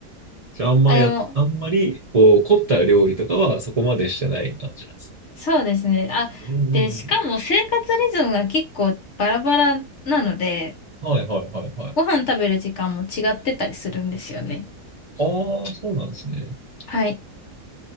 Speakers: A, on the right; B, on the left.
A: じゃあ、
B: <laughs>
A: あんまや、
B: あ、でも、
A: あんまり、こう、凝った料理とかはそこまでしてない感じなんです
B: そうですね。あ、
A: ね。うんうんうん。
B: で、しかも生活リズムが結構バラバラなので、
A: はいはいはいはい。
B: ご飯食べる時間も違ってたりするんですよね。
A: ああ、そうなんですね。
B: はい。